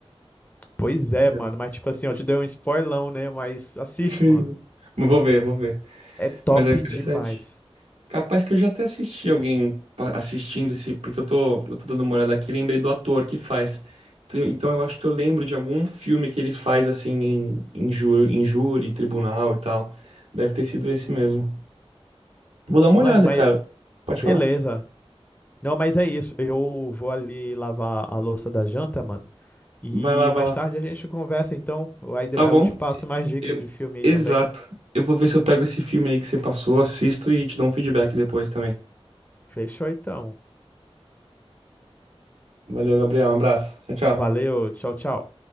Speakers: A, on the left; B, on the right.
A: Pois é,
B: Legal.
A: mano. Mas, tipo assim, eu te dei um spoilão, né? Mas assiste,
B: Pois
A: mano.
B: é. Mas Vou ver, vou ver.
A: É top
B: Mas é interessante.
A: demais.
B: Capaz que eu já até assisti alguém pa- assistindo esse, porque eu tô, eu tô dando uma olhada aqui e lembrei do ator que faz. Então então eu acho que eu lembro de algum filme que ele faz assim em, em, ju- em júri, tribunal e tal. Deve ter sido esse mesmo. Vou dar uma
A: Mano,
B: olhada,
A: mas
B: cara. Pode
A: beleza.
B: falar.
A: Não, mas é isso. Eu vou ali lavar a louça da janta, mano. E
B: Vai lá, vai
A: mais
B: lá.
A: tarde a gente conversa, então. Aí de-
B: Tá
A: eu
B: bom.
A: te passo mais dicas
B: Eu...
A: de filme aí
B: Exato.
A: também.
B: Eu vou ver se eu pego esse filme aí que você passou, assisto e te dou um feedback depois também.
A: Fechou, então.
B: Valeu, Gabriel. Um abraço. Tchau, tchau.
A: Valeu. Tchau, tchau.